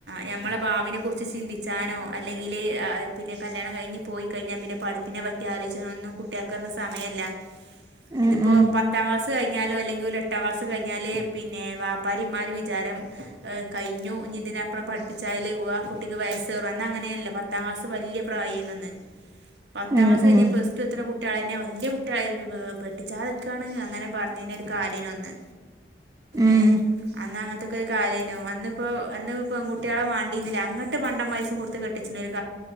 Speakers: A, on the right; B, on the right.
A: ഞമ്മളെ ബാവിനെക്കുറിച്ച് ചിന്തിച്ചാനോ അല്ലെങ്കില് ആഹ് പിന്നെ കല്യാണം കഴിഞ്ഞ് പോയികഴിഞ്ഞാ പിന്നെ പഠിപ്പിനെപ ത്യാലോയിച്നൊന്നും കുട്ടിയാക്ക് ഒന്നും സമയല്ല
B: ഉം
A: ഇതിപ്പോ
B: ഉം
A: പത്താം ക്ലാസ് ത് കഴിഞ്ഞാലോ അല്ലെങ്കി ഒരു എട്ടാം ക്ലാസ്സ് കഴിഞ്ഞാല് പിന്നെ വാപ്പാരെംമ്മാരേം വിചാരം കഴിഞ്ഞു ഇതിനപ്പുറം പഠിപ്പിച്ചാല് വ്വാ ആ കുട്ടിക്ക് വയസേറും അന്ന് അങ്ങനെ അല്ലേ പത്താം ക്ലാസ്സ് വല്യയ പ്രായേന്ന് അന്ന് പത്താം
B: ഉം
A: ക്ലാസ് കഴിഞ്ഞ്
B: ഉം
A: പ്ലസ്ടു എത്തന കു കുട്ടികളന്നെ വല്യയ കുട്ടി ആയീനുവ് പെട്ടിച്ചാതൊക്കാണ് അങ്ങനെ പറഞ്ഞെന് ഒരു കാലേനു അന്ന്
B: ഉം
A: ഏഹ് അന്നാങ്ങ <unintelligible> അന്നപ്പോ അന്ന് പെങ്ങുട്ടികളെ വാണ്ടിനില ആഗട്ട് പണ്ടൊമ് പൈസേം കൊടുത്ത് കെട്ടിച്ചിനേലും